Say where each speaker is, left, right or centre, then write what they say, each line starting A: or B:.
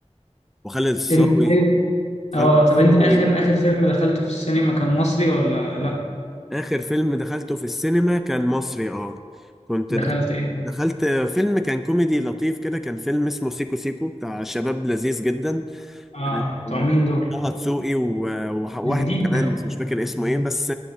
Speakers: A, in the centre; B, on the left.
A: وخالد الصاوي
B: انت طيب
A: خالد
B: اه
A: الصاوي
B: طب انت اخر اخر فيلم دخلته في السينما كان مصري ولا لا
A: آخر فيلم دخلته في السينما كان مصري اه كنت
B: دخلت
A: دخلت
B: ايه ده
A: دخلت فيلم كان كوميدي لطيف كده كان فيلم اسمه سيكو سيكو بتاع شباب لذيذ جدا
B: اه
A: آه،
B: بتوع مين دول
A: طه دسوقي و- وواحد
B: ده جديد
A: كمان بس مش فاكر اسمه ايه بس